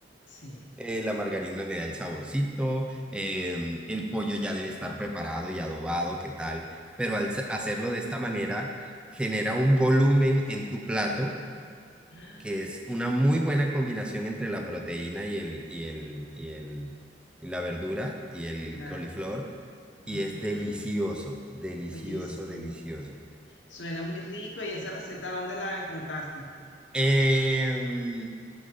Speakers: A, on the left; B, in the centre.
A: Sí. <gasps>
B: eh, la margarina le da el saborcito, em, el pollo ya debe estar preparado y adobado, ¿qué tal? Pero al se- hacerlo de esta manera, genera un volumen en tu plato,
A: Ah,
B: que es una muy buena combinación entre la proteína y el, y el, y el, y la verdura y el
A: Y la
B: coliflor,
A: verdura. ujú.
B: y es delicioso, delicioso,
A: Oye, sí.
B: delicioso.
A: Suena muy rico. ¿Y esa receta dónde la encontraste?
B: Em,